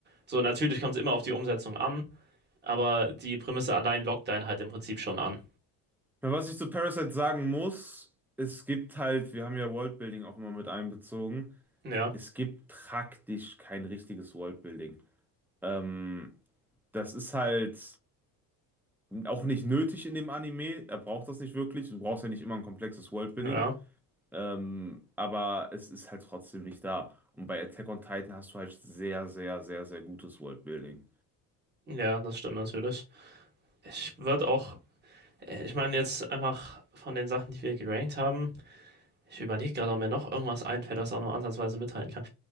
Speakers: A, on the right (about 25°); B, in the centre.
A: so natürlich kommt es immer auf die Umsetzung an, aber die Prämisse allein lockt einen halt im Prinzip schon an.
B: Aber Was ich zu Parasite sagen muss, es gibt halt, wir haben ja Worldbuilding auch immer mit einbezogen.
A: Ja,
B: es gibt praktisch kein richtiges Worldbuilding. Ähm, das ist halt auch nicht nötig in dem Anime. Er braucht das nicht wirklich. Du brauchst ja nicht immer ein komplexes Worldbuilding.
A: ja,
B: Ähm, aber es ist halt trotzdem nicht da. Und bei Attack on Titan hast du halt sehr, sehr, sehr, sehr gutes Worldbuilding.
A: ja, das stimmt natürlich. Ich würde auch, ich meine jetzt einfach von den Sachen, die wir gerankt haben. Ich überlege gerade, ob mir noch irgendwas einfällt, das auch nur ansatzweise mithalten kann.